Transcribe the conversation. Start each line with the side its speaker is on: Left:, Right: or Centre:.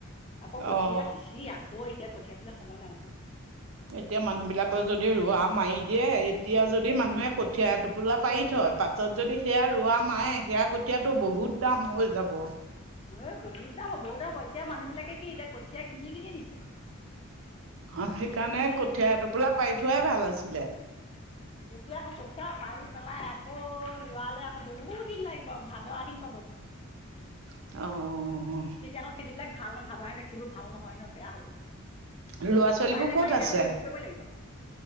Left: আকৌ, কঠীয়া
Right: অ
Left: সিঁচি, আকৌ এতিয়া, কঠীয়া তুলিবলে সময় নাই নহয়।
Right: এতিয়া, মানুহ বিলাকে যদি, ৰোৱা মাৰি দিয়ে, এতিয়া যদি মানুহে, কঠীয়া টোপোলা পাৰি থয়, পাছত যদি, সেয়া ৰোৱা মাৰে, সেয়া কঠিয়াটো বহুত দাম হৈ যাব।
Left: এ, বহুত দাম হয়, বহুত দাম হয়! এতিয়া, মানুহ বিলাকে, কি এতিয়া, কঠীয়া কিনি-কিনি নিছে?
Right: অ'! সেইকাৰণে,
Left: কিনি কিনি
Right: কঠীয়া এটোপোলা, পাৰি থোৱাই ভাল আছিলে।
Left: এতিয়া আকৌ, কঠীয়া পাৰি পেলাই আকৌ, ৰোৱালে আকৌ, বহুত দিন লাগিব, ভাদ-আহিন পাবগে।
Right: অ' অ' অ' অ'!
Left: এতিয়া আকৌ, খেতিবিলাক ভাল ন' ভাদ-আহিনৰ খেতিবোৰ ভাল নহয় ন', বেয়া হ'ব।
Right: ল'ৰা-ছোৱালীবোৰ
Left: উপায় নাপায়
Right: ক'ত
Left: এতিয়া
Right: আছে?
Left: হেৰি কৰিব লাগিব